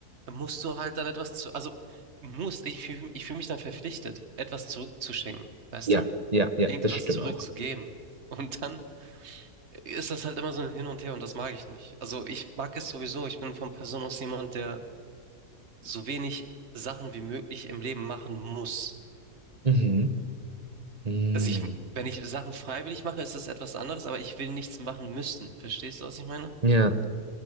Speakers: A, on the right; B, on the right.
A: musst du halt dann etwas zu, also muss, ich fühle ich fühl mich dann verpflichtet, etwas zurückzuschenken, weißt
B: ja,
A: du?
B: ja, ja,
A: Irgendetwas
B: das stimmt
A: zurückzugeben.
B: auch.
A: Und dann ist das halt immer so ein Hin und Her und das mag ich nicht. Also ich mag es sowieso. Ich bin von Person aus jemand, der so wenig Sachen wie möglich im Leben machen muss.
B: Mhm. Mhm.
A: Also ich, wenn ich Sachen freiwillig mache, ist das etwas anderes, aber ich will nichts machen müssen. Verstehst du, was ich meine?
B: Ja,